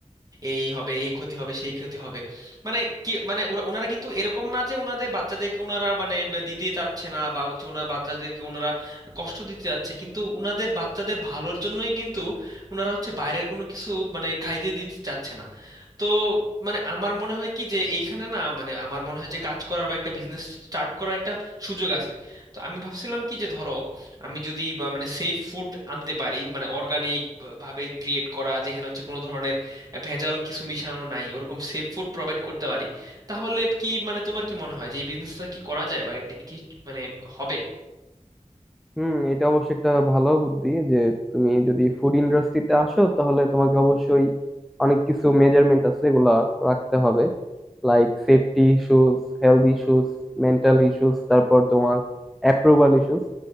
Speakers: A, on the right; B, in the centre.
A: এই হবে এই ক্ষতি হবে সেই ক্ষতি হবে মানে কি মানে ওরা ওনারা কিন্তু এরকম না যে ওনাদের বাচ্চাদেরকে ওনারা মানে বে- দিতেই চাচ্ছে না বা হচ্ছে ওনার বাচ্চাদেরকে ওনারা কষ্ট দিতে চাচ্ছে কিন্তু ওনাদের বাচ্চাদের ভালোর জন্যই কিন্তু ওনারা হচ্ছে বাইরের কোনো কিছু মানে খাইতে দিতে চাচ্ছে না তো মানে আমার মনে হয় কি যে এইখানে না মানে আমার মনে হয় যে কাজ করার বা একটা বিজনেস স্টার্ট করার একটা সুযোগ আছে তো আমি ভাবছিলাম কি যে ধরো আমি যদি বা মানে সেফ ফুড আনতে পারি মানে অর্গানিক ভাবে ক্রিয়েট করা যেখানে হচ্ছে কোনো ধরনের ভেজাল কিছু মিশানো নাই ওরকম সেফ ফুড প্রোভাইড করতে পারি তাহলে কি মানে তোমার কি মনে হয় যে এই বিজনেসটা কি করা যায় বা এটা কি মানে হবে
B: হুম এটা অবশ্যই একটা ভালো বুদ্ধি যে তুমি যদি ফুড ইন্ডাস্ট্রিতে আসো তাহলে তোমাকে অবশ্যই অনেক কিছু মেজারমেন্ট আছে এগুলা রাখতে হবে Like safety issues health issues mental issues তারপর তোমার অ্যাপ্রুভাল ইস্যুস